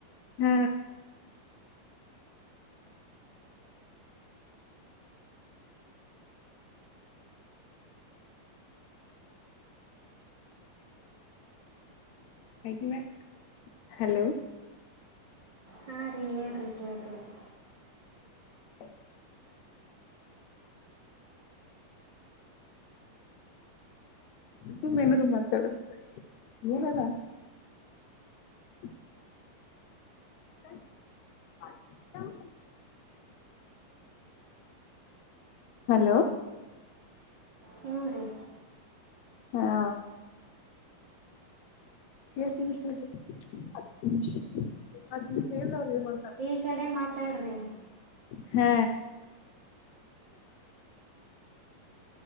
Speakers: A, on the left; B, on the right.
A: ಹ್ಮ ಆ ಹಲೋ
B: ಹಾಂ ರೀ ಹೇಳ್ರಿ ಕೇಳ್ತೇವೆ
A: ಹ ಸುಮ್ಮನೆ ಏನಾರ ಮಾತಾಡು ಏನರ ಹ ಹ <unintelligible> ಹಲೋ
B: ಹ್ಞೂ ರೀ
A: ಹಾ ಎಷ್ಟ್ ನಿಮಿಷ ಆತು ಹತ್ತ್ ನಿಮಿಷ ನಿಮಿಷ
B: ಈ ಕಡೆ ಮಾತಾಡ್ರಿ
A: ಹಾ